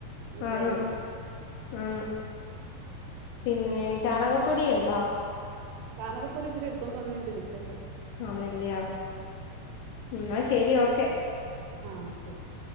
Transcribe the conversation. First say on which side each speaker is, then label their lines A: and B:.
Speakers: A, on the right (about 80°); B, on the left (about 80°).
A: വീട്ടുകാര്.
B: ആന്ന് ആന്ന് പിന്നെ ചാണകപ്പൊടിയുണ്ടോ
A: ചാണകപ്പൊടി ഇച്ചിരി എടുത്തോണ്ട്വന്നേ ഇവിടെ ഇരിപ്പുണ്ട്
B: ആമല്ലിയാ ന്നാ ശെരി ഓക്കെ.
A: ആ ശരി.